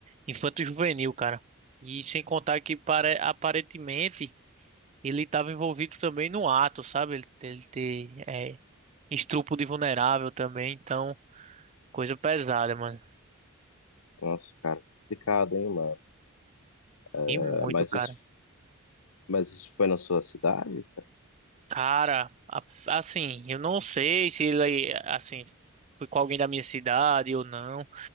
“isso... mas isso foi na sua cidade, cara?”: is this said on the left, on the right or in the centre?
Left